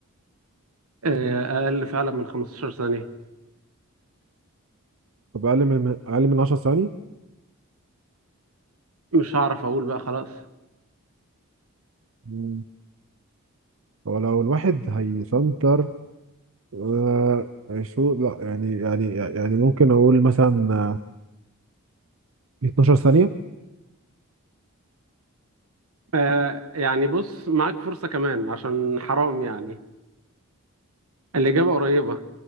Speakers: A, on the right; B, on the right.
A: آه، اقل فعلا من 15 ثانية
B: طب اقل من اقل من 10 ثواني؟
A: مش هعرف اقول بقى خلاص
B: مم. هو لو الواحد هيسنتر آه، شو لا يعني يعني يعني ممكن اقول مثلا آه، 12 ثانية
A: آه، يعني بص معاك فرصة كمان عشان حرام يعني الإجابة قريبة